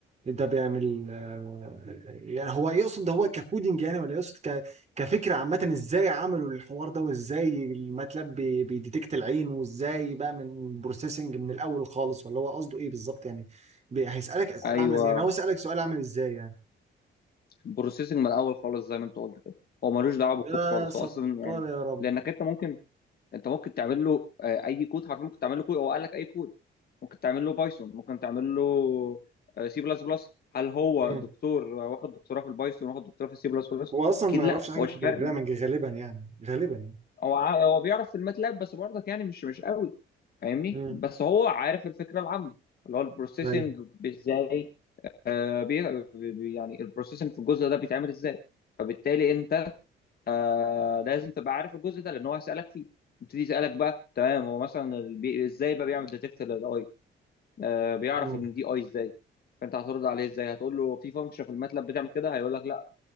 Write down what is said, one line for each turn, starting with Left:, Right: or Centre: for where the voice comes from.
Right: ده بيعمل آه، يعني هو يقصد ده هو ككودينج يعني ولا يقصد ك كفكرة عامة ازاي عملوا الحوار ده وازاي الماتلاب بي- بيديتكت العين وازاي بقى من بروسيسنج من الاول خالص ولا هو قصده ايه بالظبط يعني بي- هيسألك اسئلة
Left: ايوه
Right: عاملة ازاي يعني هو سألك سؤال عامل ازاي يعني
Left: بروسيسنج من الاول خالص زي ما انت قلت كده هو ملوش دعوه بالكود
Right: يا
Left: خالص
Right: ستار
Left: هو اصلا يعني
Right: يا رب
Left: لانك انت ممكن انت ممكن تعمل له آه، اي كود حرفيا ممكن تعمل له كود هو قال لك اي كود ممكن تعمل له بايثون ممكن تعمل له سي بلس بلس هل هو
Right: مم.
Left: دكتور آه، واخد دكتوراه في البايثون واخد دكتوراه في السي بلس بلس
Right: هو اصلا
Left: اكيد
Right: ما يعرفش
Left: لا
Right: حاجه
Left: هو مش
Right: في البروجرامنج
Left: فارق معاه.
Right: غالبا يعني غالبا يعني
Left: هو ع- هو بيعرف في الماتلاب بس برضك يعني مش مش قوي فاهمني
Right: امم
Left: بس هو عارف الفكره العامه اللي هو البروسيسنج
Right: ايوه
Left: ازاي آه، بي- بي- يعني البروسيسنج في الجزء ده بيتعمل ازاي فبالتالي انت آه لازم تبقى عارف الجزء ده لان هو هيسالك فيه يبتدي يسالك بقى تمام هو مثلا البي... ازاي بقى بيعمل ديتكت للاي آه بيعرف
Right: مم.
Left: ان دي اي ازاي فانت هترد عليه ازاي هتقول له في فانكشن في الماتلاب بتعمل كده هيقول لك لا